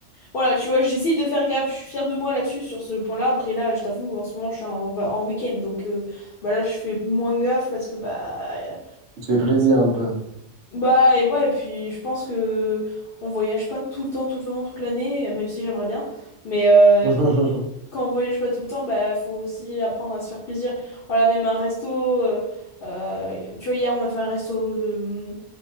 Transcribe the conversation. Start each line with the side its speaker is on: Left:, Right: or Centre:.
Left: voilà, tu vois, j'essaye de faire gaffe. Je suis fière de moi là-dessus, sur ce point-là. Après, là, je t'avoue, en ce moment, je suis en, va- en week-end. Donc, euh, bah là, je fais moins gaffe parce que, bah. euh,
Right: Tu te fais plaisir un peu.
Left: Bah, et ouais, et puis, je pense que on voyage pas tout le temps, tout le temps, toute l'année, même si j'aimerais bien. Mais euh,
Right: <laughs>
Left: quand on voyage pas tout le temps, bah faut aussi apprendre à se faire plaisir. Voilà, même un resto. euh, euh, tu vois, hier on a fait un resto de, hum,